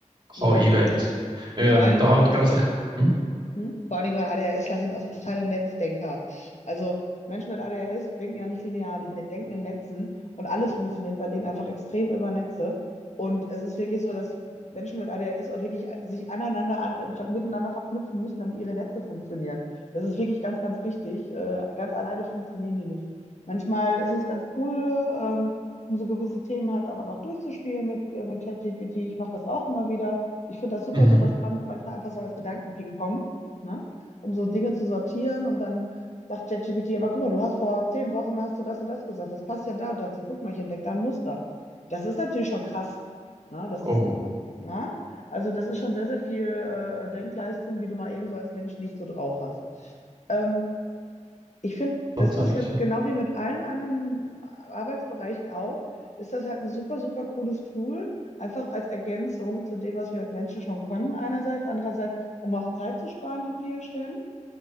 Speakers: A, on the right; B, on the left.
A: KI-Welt.
B: Ja,
A: Ähm,
B: vor allem.
A: da hat- gab es doch. Hm?
B: Hm? Vor allen Dingen, weil ADHSler sind auch so totale Netzdenker. Also Menschen mit ADHS denken ja nicht linear, die ne- denken in Netzen und alles funktioniert bei denen einfach extrem über Netze. Und es ist wirklich so, dass Menschen mit ADHS auch wirklich sich aneinander, an, ver- miteinander verknüpfen müssen, damit ihre Netze funktionieren. Das ist wirklich ganz, ganz wichtig. Äh, ganz alleine funktionieren die nicht. Manchmal ist es ganz cool, ähm, um so gewisse Themen halt auch einfach durchzuspielen mit, äh, mit ChatGPT. Ich mache das auch immer wieder. Ich finde das super,
A: Mhm.
B: super spannend, manchmal einfach so als Gedanken-Ping-Pong ne? Um so Dinge zu sortieren und dann sagt ChatGPT, aber guck mal, du hast vor zehn Wochen hast du das und das gesagt. Das passt ja da und dazu. Guck mal, ich entdecke da ein Muster. Das ist natürlich schon krass, ne? Dass das,
A: Oh,
B: ne? Also das ist schon sehr, sehr viel äh, Denkleistung, die du mal eben so als Mensch nicht so drauf hast. Ähm, ich finde,
A: tatsächlich,
B: das ist halt
A: ja.
B: genau wie mit allen anderen Arbeitsbereichen auch, ist das halt ein super, super cooles Tool, einfach als Ergänzung zu dem, was wir als Menschen schon können, einerseits, andererseits, um auch Zeit zu sparen an vielen Stellen.